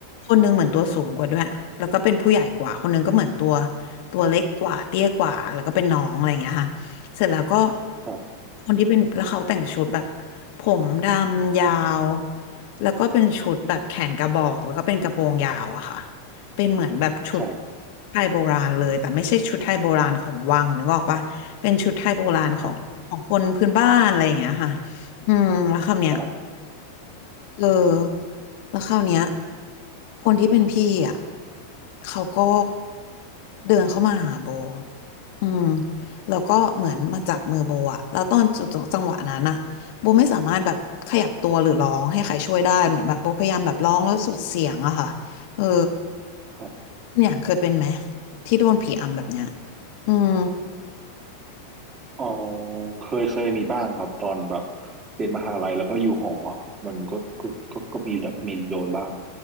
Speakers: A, on the left; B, on the right.
A: คนหนึงเหมือนตัวสูงกว่าด้วยแล้วก็เป็นผู้ใหญ่กว่าคนหนึงก็เหมือนตัวตัวเล็กกว่าเตี้ยกว่าแล้วก็เป็นน้องอะไรอย่างเงี้ยค่ะเสร็จแล้วก็
B: ครับ
A: คนที่เป็นแล้วเขาแต่งชุดแบบผมดำยาวแล้วก็เป็นชุดแบบแขนกระบอกแล้วก็เป็นกระโปรงยาวอะค่ะ เป็นเหมือนแบบชุด
B: ครับ
A: ไทยโบราณเลยแต่ไม่ใช่ชุดไทยโบราณของวังนึกออกปะเป็นชุดไทยโบราณของของคนพื้นบ้านอะไรอย่างเงี้ยค่ะ
B: ครับ
A: อืมแล้วคำเนี้ย
B: ครับ
A: เออแล้วคราวเนี้ยคนที่เป็นพี่อ่ะเขาก็เดินเข้ามาหาโบอืมแล้วก็เหมือนมาจับมือโบอ่ะแล้วตอนจุดจังหวะนั้นอ่ะโบไม่สามารถแบบขยับตัวหรือร้องให้ใครช่วยได้เหมือนแบบโบพยายามแบบร้องแล้วสุดเสียงอะค่ะเออ
B: ครับ
A: คุณอย่างเคยเป็นไหมที่โดนผีอำแบบเนี้ยอืม
B: อ๋อเคยเคยมีบ้างครับตอนแบบเรียนมหาลัยแล้วก็อยู่หออะมันก็ก็ก็ก็มีมีโดนบ้าง